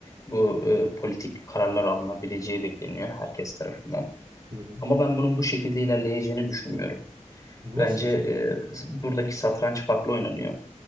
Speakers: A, on the left (about 30°); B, on the right (about 40°).
A: Bu e, politik kararlar alınabileceği bekleniyor herkes tarafından.
B: Hı hı.
A: Ama ben bunun bu şekilde ilerleyeceğini düşünmüyorum.
B: Nasıl
A: Bence
B: bir şey?
A: e, buradaki satranç farklı oynanıyor.